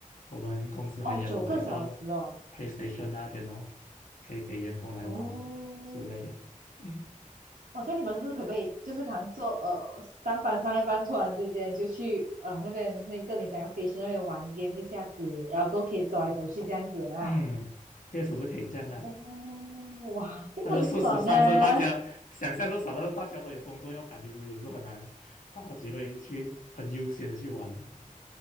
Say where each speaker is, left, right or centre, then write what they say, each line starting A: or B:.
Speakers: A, on the left; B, on the right.
A: 我们公司还有一个
B: 哦，九个小时哦，
A: PlayStation 那边哦，可以给员工来玩之类的，
B: 哦，
A: 嗯
B: 哦，这样你们是不是可不可以，就是可能做呃上班上一班，突然之间就去呃那边那个你讲的 station 那边玩 game 一下子，然后过后可以走来走去这样子啦。
A: 嗯，确实是可以这样的，
B: 哦，哇，这个很爽啊！
A: 但是事实上是大家想象是少，
B: <laughs>
A: 但是大家都有工作要赶，其实也是很难找到机会去很悠闲的去玩的